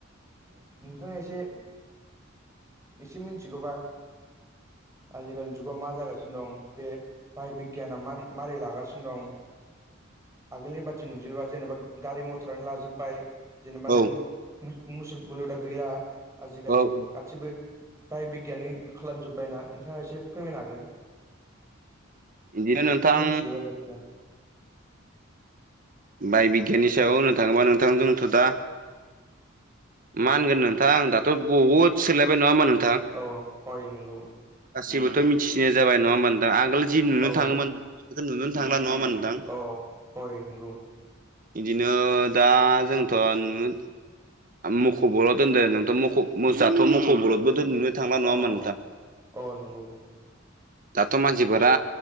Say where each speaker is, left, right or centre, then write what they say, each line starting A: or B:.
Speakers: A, on the right; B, on the right.
A: नोंथाङा एसे एसे मिथिगौबा आजिखालिनि जुगाव मा जागासिनो। दं बे बाहाय बिगियाना मा मारै लागासिनो दं। आगोलनि बादि नंजोबला जेनेबा गारि मथरानो लाजोबबाय। जेनेबा
B: औ
A: नों मुसु बुलुदा गैला आजिखालि
B: औ
A: गासिबो बाय बिगियानि खालामजोब्बाय ना नोंथाङा एसे फोरमायनो हागोन।
B: बिदिनो नोंथां
A: एसे मिनसियोबा जायखिजाया।
B: बाय बिगियाननि सायाव होननो थाङोबा नोंथांजोंथ' दा। माहोनगोन नोंथांं दाथ' बुहुद सोलायबाय नङा होनबा नोंथां?
A: अ हय नोंगौ।
B: गासिबोथ' मिथिनाया जाबाय नङा होनबा नोंथां आगोल जिनुनो
A: औ
B: थाङोमोन दा बेफोरखो नुनोनो थांला नङा होमबा नोंथां?
A: अ हय नोंगौ।
B: बिदिनो दा जोंथ' नु मख'बर' दोनदो नोंथ' मख जाथ' मख'बलतबो दोङो। थांला नङा
A: अ
B: ओमबा नोंथां?
A: अ नंगौ
B: दाथ' मानसिफोरा